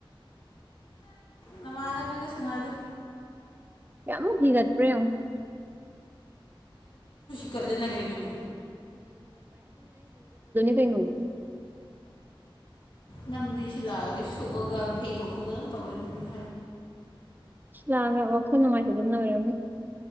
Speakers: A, on the left (about 65°); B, on the right (about 20°).
A: ꯅꯃꯥꯅꯕꯤꯒ ꯁꯅꯥꯗ
B: ꯀꯌꯥꯃꯨꯛ ꯍꯤꯒꯠꯄ꯭ꯔꯡꯨ
A: ꯀꯠꯂꯅꯒꯅꯅꯦ
B: ꯊꯅꯨ
A: ꯅꯪꯗꯤ ꯁꯤ ꯂꯥꯛꯑꯗꯤ ꯁꯣꯛꯑꯒ ꯐꯩꯗꯣꯛꯄ ꯀ ꯑꯗꯨꯝ ꯇꯧꯋꯦ ꯑꯗꯨꯏꯅꯦ
B: ꯁ꯭ꯂꯒ ꯋꯥꯈꯅꯅꯨꯡꯉꯥꯏꯇꯅꯔꯣ